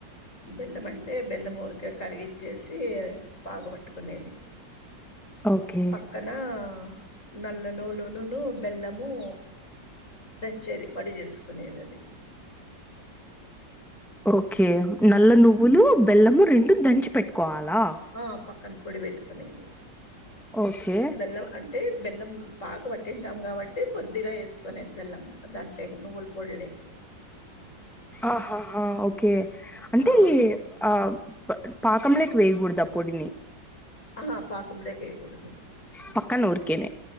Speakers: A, on the left; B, in the centre.
A: బెల్లం అంటే బెల్లం ఊరికే కరిగిచ్చేసి పాగ పట్టుకునేది.
B: ఓకే
A: క్కనా నల్ల నువ్వులులునూ, బెల్లము దంచేది పొడి చేసుకునేది అది.
B: ఓకే నల్ల నువ్వులు, బెల్లము రెండు దంచి పెట్టుకోవాలా.
A: ఆ పక్కన పొడి పెట్టుకునేది,
B: ఓకే
A: బెల్లం అంటే బెల్లం పాక పట్టింటాం కాబట్టి కొద్దిగా ఎసుకునేది బెల్లం దాంట్లోకి నువ్వుల పొడిలోకి.
B: ఆహాహ ఓకే అంటే
A: ఆ
B: ఈ ఆ పాకంలోకి వేయకూడదు ఆ పొడిని.
A: ఆహా పాకంలోకి వేయకూడదు.
B: పక్కన ఊరికేనే